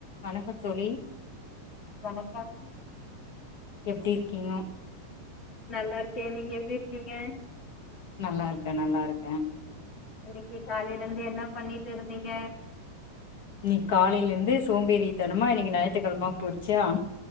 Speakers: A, on the left (about 55°); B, on the left (about 35°).
A: வணக்கோ தோழி
B: வணக்கம்
A: எப்டி இருக்கீங்கொ
B: நல்லா இருக்கேன் நீங்க எப்டி இருக்கீங்க?
A: நல்லா இருக்கேன் நல்லா இருக்கேன்.
B: இன்னைக்கு காலைலந்து என்ன பண்ணிட்டு இருந்தீங்க
A: இன்னைக்கு காலைலந்து சோம்பேறித்தனமா இன்னைக்கு ஞாயித்துக்கிழம போச்சா